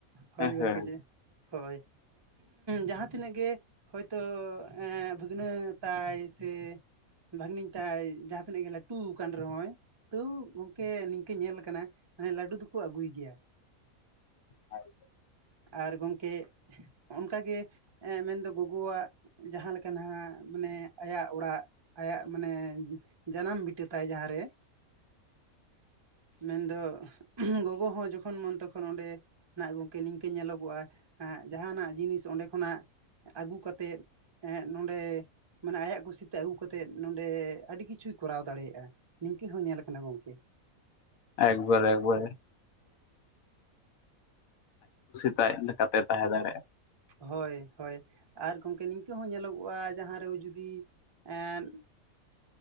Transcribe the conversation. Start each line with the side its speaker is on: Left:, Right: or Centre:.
Right: ᱦᱳᱭ
Left: ᱦᱮᱸᱥᱮ
Right: ᱜᱚᱝᱠᱮ ᱡᱮ ᱦᱳᱭ ᱡᱟᱦᱟᱸ ᱛᱤᱱᱟᱹᱜ ᱜᱮ ᱦᱳᱭᱛᱳ ᱵᱷᱟᱹᱜᱽᱱᱟᱹ ᱛᱟᱭ ᱥᱮ ᱵᱷᱟᱜᱱᱤᱧ ᱛᱟᱭ ᱡᱟᱦᱟᱸ ᱛᱤᱱᱟᱹᱜ ᱜᱮ ᱞᱟᱹᱩ ᱞᱟᱹᱴᱩ ᱟᱠᱟᱱ ᱨᱮᱦᱚᱸᱭ ᱛᱟᱹᱣ ᱜᱚᱝᱠᱮ ᱱᱤᱝᱠᱟᱹ ᱧᱮᱞ ᱠᱟᱱᱟ ᱢᱟᱱᱮ ᱞᱟᱹᱰᱩ ᱫᱚᱠᱚ ᱟᱹᱜᱩᱭ ᱜᱮᱭᱟ <unintelligible>
Left: <unintelligible>
Right: ᱟᱨ ᱜᱚᱝᱠᱮ ᱚᱱᱠᱟᱜᱮ ᱢᱮᱱᱫᱚ ᱜᱚᱜᱚᱣᱟᱜ ᱡᱟᱦᱟᱸᱮ ᱞᱮᱠᱟ ᱱᱟᱦᱟᱜ ᱢᱟᱱᱮ ᱟᱭᱟᱜ ᱚᱲᱟᱜ ᱟᱭᱟᱜ ᱢᱟᱱᱮ ᱡᱟᱱᱟᱢ ᱵᱤ ᱤᱴᱟᱹ ᱛᱟᱭ ᱡᱟᱦᱟᱸ ᱨᱮ <unintelligible> ᱢᱮᱱᱫᱚ ᱜᱚᱜᱚ ᱦᱚᱸ ᱡᱚᱠᱷᱚᱱ ᱢᱚᱱ ᱛᱚᱠᱷᱚᱱ ᱚᱸᱰᱮ ᱦᱟᱸᱜ ᱜᱚᱢᱠᱮ ᱱᱤᱝᱠᱟᱹ ᱧᱮᱞᱚᱜᱚᱜᱼᱟ ᱡᱟᱦᱟᱱᱟᱜ ᱡᱤᱱᱤᱥ ᱚᱸᱰᱮ ᱠᱷᱚᱱᱟᱜ ᱟᱹᱜᱩ ᱠᱟᱛᱮᱫ ᱱᱚᱰᱮ ᱢᱟᱱᱮ ᱟᱭᱟᱜ ᱠᱩᱥᱤᱛᱮ ᱟᱹᱜᱩ ᱠᱟᱛᱮᱜ ᱱᱚᱰᱮ ᱟᱹᱰᱤ ᱠᱤᱪᱷᱩᱭ ᱠᱚᱨᱟᱣ ᱫᱟᱲᱮᱭᱟᱜᱼᱟ ᱱᱤᱝᱠᱟᱹ ᱦᱚᱸ ᱧᱮᱞᱞᱟ ᱠᱟᱱᱟ ᱜᱚᱝᱠᱮ
Left: ᱮᱠᱵᱟᱨᱮ ᱮᱠᱵᱟᱨᱮ ᱠᱟᱛᱮ ᱛᱟᱦᱮᱸ ᱫᱟᱲᱭᱟᱜᱼᱟ
Right: ᱦᱳᱭ ᱦᱳᱭ ᱟᱨ ᱜᱚᱢᱠᱮ ᱱᱤᱝᱠᱟᱹ ᱦᱚᱸ ᱧᱮᱞᱚᱜᱚᱜᱼᱟ ᱡᱟᱦᱟᱸ ᱨᱮ ᱡᱩᱫᱤ ᱮᱸᱜ